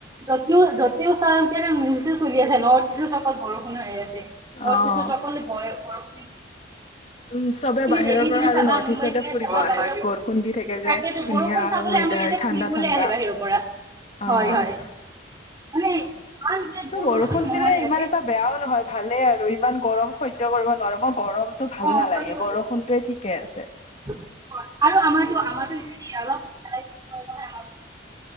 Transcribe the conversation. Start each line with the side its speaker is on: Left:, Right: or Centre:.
Right: যতেও যতেও চা এতিয়া নিউজ চলি আছে নৰ্থ ইষ্টত অকল বৰষুণ কৈ আছে নৰ্থ
Left: অ'।
Right: ইষ্টত অকল বৰষুণ হৈ আছে।
Left: উম চবে বাহিৰৰ
Right: দেলহি
Left: পৰা
Right: পিনে
Left: আৰু
Right: চাবা
Left: নৰ্থ
Right: মুম্বাই
Left: ইষ্টতে
Right: পিনে
Left: ফুৰিব
Right: চাবা
Left: আহে
Right: বাহিৰৰ
Left: বৰষুণ দি থাকে যে
Right: তাকেতো
Left: ধুনীয়া
Right: বৰষুণ
Left: আও
Right: চাবলৈ
Left: ৱেদাৰ
Right: আমাৰ ইয়াতে
Left: ঠাণ্ডা
Right: ফুৰিবলৈ
Left: ঠাণ্ডা,
Right: আহে বাহিৰৰ পৰা
Left: অঁ
Right: হয় হয় <unintelligible> যে
Left: ত বৰষুণ
Right: নহয়
Left: দিলে
Right: ইয়াতে
Left: ইমান এটা বেয়াও নহয় ভালেই আৰু ইমান গৰম সহ্য কৰিব নোৱাৰো মই গৰমতটো ভাল
Right: অ
Left: নালাগে
Right: হৈ যাব।
Left: বৰষুনটোৱে ঠিকেই আছে।
Right: আৰু আমাৰতো আমাৰতো <unintelligible> অলপ <unintelligible>